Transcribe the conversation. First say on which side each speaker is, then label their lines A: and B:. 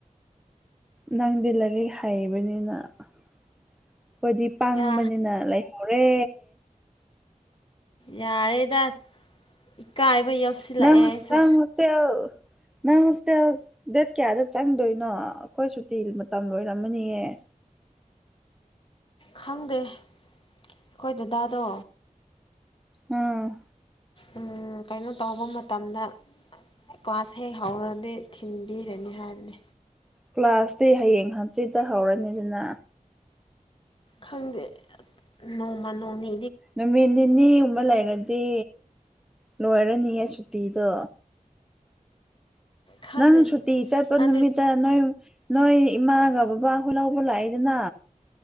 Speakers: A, in the centre; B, on the left.
A: ꯅꯪꯗꯤꯂꯔꯤꯛ ꯍꯥꯏꯩꯕꯅꯤꯅ ꯑꯩꯈꯣꯏꯗꯤ ꯄꯥꯡꯕꯅꯤꯅ
B: ꯌꯥ
A: ꯂꯩꯍꯧꯔꯦ
B: ꯌꯥꯔꯦꯗ ꯏꯀꯥꯏꯕ ꯌꯥꯎꯁꯤꯜꯂꯛꯑꯦ
A: ꯅꯪ ꯅ
B: ꯑꯩꯁꯨ
A: ꯍꯁ ꯅꯪ ꯍꯣꯁꯇꯦꯜ ꯗꯦꯠ ꯀꯌꯥꯗ ꯆꯪꯗꯣꯏꯅꯣ ꯑꯩꯈꯣꯏ ꯁꯨꯇꯤ ꯃꯇꯝ ꯂꯣꯏꯔꯝꯃꯅꯤꯌꯦ
B: ꯈꯪꯗꯦ ꯑꯩꯈꯣꯏ ꯗꯗꯥꯗꯣ
A: ꯎꯝ
B: ꯎꯝ ꯀꯩꯅꯣ ꯇꯧꯕ ꯃꯇꯝꯗ ꯀ꯭ꯂꯥꯁ ꯍꯦꯛ ꯍꯧꯔꯗꯤ ꯊꯤꯟꯕꯤꯔꯅꯤ ꯍꯥꯏꯕꯅꯤ
A: ꯀ꯭ꯂꯥꯁꯇꯤ ꯍꯌꯦꯡ ꯍꯟꯆꯤꯠꯇ ꯍꯧꯔꯅꯤꯗꯅ
B: ꯈꯪꯗꯦ ꯅꯣꯡꯃ ꯅꯣꯡꯅꯤ
A: ꯅꯃꯤꯟꯅꯤ ꯎꯝꯕ ꯂꯩꯥꯏꯔꯗꯤ ꯂꯣꯏꯔꯅꯤꯌꯦ ꯁꯨꯇꯤꯗ
B: ꯈꯪꯗꯦ
A: ꯅꯪ ꯁꯨꯇꯤ ꯆꯠꯄ
B: ꯅꯪꯗꯤ
A: ꯅꯨꯃꯤꯠꯇ ꯅꯣꯏ ꯅꯣꯏ ꯏꯃꯥꯒ ꯕꯕꯥ ꯍꯣꯏ ꯂꯧꯕ ꯂꯥꯛꯏꯗꯅ